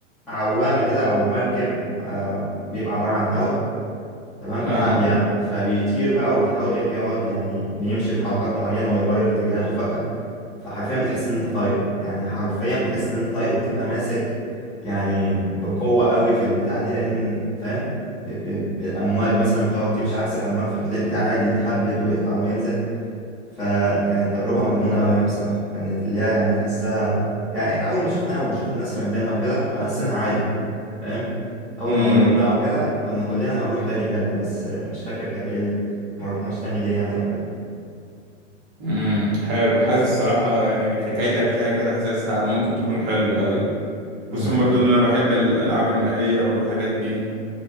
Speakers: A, in the centre; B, on the right (about 35°).
A: عوامه كده او مركب آه، بيبقى عباره عن هوا تمام بحبل
B: اه
A: يعني فبيطير بقى وبيحاول ايه بيقعد يعني بيمشي بحركات معينه ويغير اتجاهاته فجاه فحرفيا بتحس ان انت طاير يعني حرفيا بتحس ان انت طاير وبتبقى ماسك يعني بقوة قوي في البتاع دي لان فاهم ب- ب- الامواج مثلا بتقعد تمشي عكس الامواج فبتلاقي البتاع قاعد يتهبد ويطلع وينزل فكانت تجربة مجنونة قوي يعني بصراحة كانت اللي هي يعني تحسها يعني احنا اول ما شفناها ونشوف الناس راكبينها وكده انا حاسينها عادي فاهم اول
B: امم
A: ما جربناها او كده كنا كلنا هنروح تاني بجد بس مش فاكر كان ايه ال- ما رحناش تاني ليه يعني او كده
B: امم حلو حاسس صراحة يعني من حكايتك لها كده حاسسها ممكن تكون حلوة اي
A: امم
B: خصوصا برضو ان انا بحب الالعاب المائية والحاجات دي